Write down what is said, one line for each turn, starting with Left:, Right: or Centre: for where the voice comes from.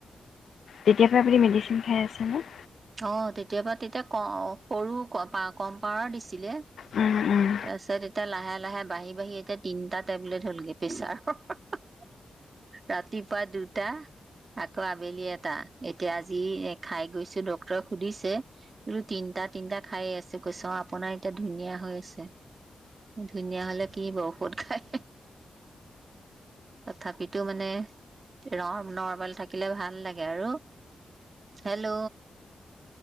Left: তেতিয়া পৰা আপুনি মেডিচিন খাই আছেনে?
Right: অ', তেতিয়াপা তেতিয়া ক সৰু কপা কম পাৱাৰ দিছিলে।
Left: উম, উম।
Right: তাৰপিছত এতিয়া লাহে, লাহে বাঢ়ি, বাঢ়ি এতিয়া তিনটা টেবলেট হ'লগে প্ৰেছাৰ। ৰাতিপুৱা দুটা। আকৌ আবেলি এটা। এতিয়া আজি খাই গৈছোঁ ডক্তৰে সুধিছে। ৰো তিনটা, তিনিটা খাই আছোঁ। কৈছ অ', আপোনাৰ এতিয়া ধুনীয়া হৈ আছে।। ধুনীয়া হলে কি হ'ব ঐষধ খাই। তথাপিতো মানে ৰ, নৰ্মেল থাকিলে ভাল লাগে আৰু। হেল্ল'।